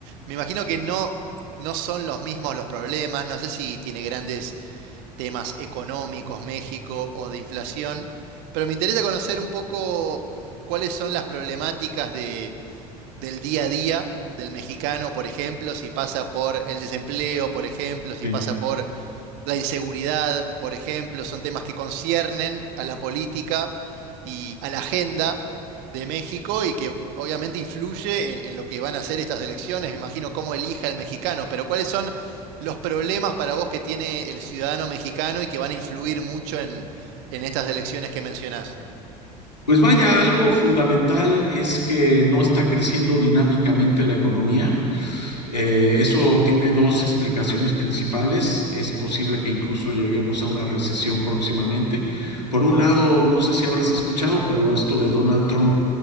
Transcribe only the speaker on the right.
Me imagino que no, no son los mismos los problemas, no sé si tiene grandes temas económicos México o de inflación, pero me interesa conocer un poco cuáles son las problemáticas de, del día a día del mexicano, por ejemplo, si pasa por el desempleo, por ejemplo, si
pasa por la inseguridad, por ejemplo, son temas que conciernen a la política y a la agenda de México y que obviamente influye en, en lo que van a ser estas elecciones. Me imagino cómo elija el mexicano, pero ¿cuáles son los problemas para vos que tiene el ciudadano mexicano y que van a influir mucho en, en estas elecciones que mencionás?